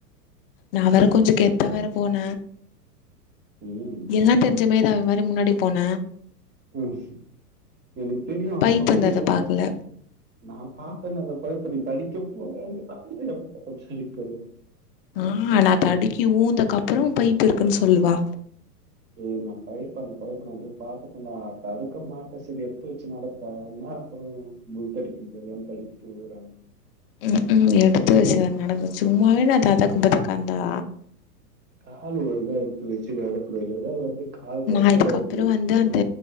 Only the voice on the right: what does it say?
நமக்கு
ம்.
ம்.
ம் எனக்கு தெரியு
அப்பவே
எதோ
பாத் <inaudible> நா பாத்தனே அந்த பைப்பு நீ தடிக்க போறன்ட்டுதா அப்ப <inaudible> <inaudible>
ஏ நா பைப்பு அந்த பைப்பு நா அப்பே பாத்துட்டே தா தடுக்க மாட்ட சரி எத்து வச்சு நடப்ப தா அப்றோ முல்தடிக்கிட்டு எல்லா தடுக்கிட்டு உழுறானு
காலு ஒரு இதா எடுத்து வச்சு நடக்குனு இல்லனா வந்து கால் கட்ட
வாங்கி இடிச்சுக்கும்